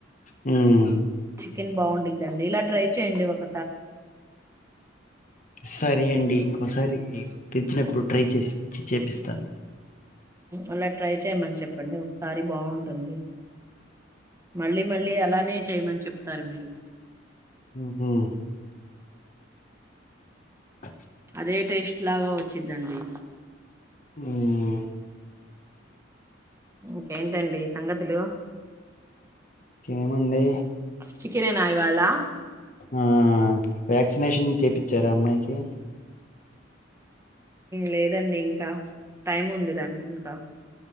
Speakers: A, on the left; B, on the right.
A: హ్మ్!
B: ఇది, బాగుండిద్దిఅండి ఇలా ట్రై చేయండి ఒక
A: సరే అండి ఇంకోసారి. తెచ్చినప్పుడు ట్రై చేసి చేపిస్తాను.
B: అలా ట్రై చేయమని చెప్పండి ఒకసారి బాగుంటుంది. మళ్ళీ మళ్ళీ అలానే చేయమని చెప్తారు మీరు.
A: మ్మ్. <inaudible>
B: లేటెస్ట్ లాగా వచ్చిందండి.
A: హ్మ్!
B: ఇంకేంటండి సంగతులు.
A: ఏమండి!
B: చికనేనా ఇవ్వాల.
A: ఆ వ్యాక్సినేషన్ చేయించారా అమ్మాయికి.
B: లేదండి ఇంకా టైం ఉంది దానికి ఇంకా.